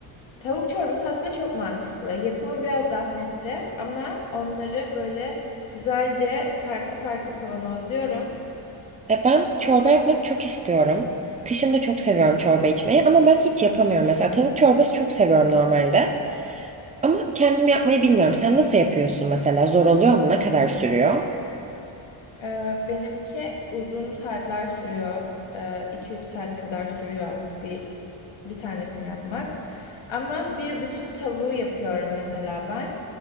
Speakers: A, on the left (about 75°); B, on the right (about 15°).
A: Tavuk çorbası aslında çok mantıklı. Yapımı biraz zahmetli ama onları böyle güzelce farklı farklı kavanozluyorum.
B: E ben çorba yapmak çok istiyorum. Kışın da çok seviyorum çorba içmeyi ama ben hiç yapamıyorum. Mesela tavuk çorbası çok seviyorum normalde. Ama kendim yapmayı bilmiyorum. Sen nasıl yapıyorsun mesela? Zor oluyor mu? Ne kadar sürüyor?
A: Ee, benimki uzun saatler sürüyor. Ee, 2-3 saat kadar sürüyor bir bir tanesini yapmak. Ama bir bütün tavuğu yapıyorum mesela ben.